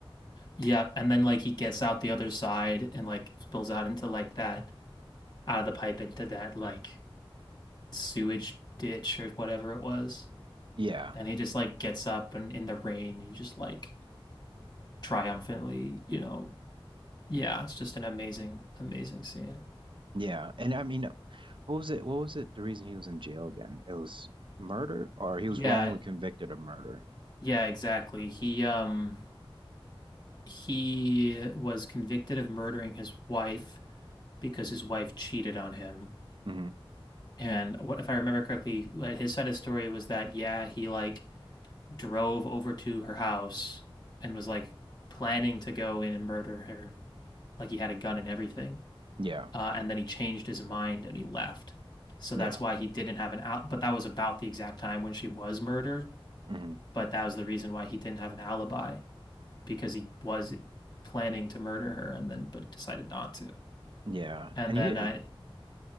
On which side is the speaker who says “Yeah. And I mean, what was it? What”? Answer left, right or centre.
Right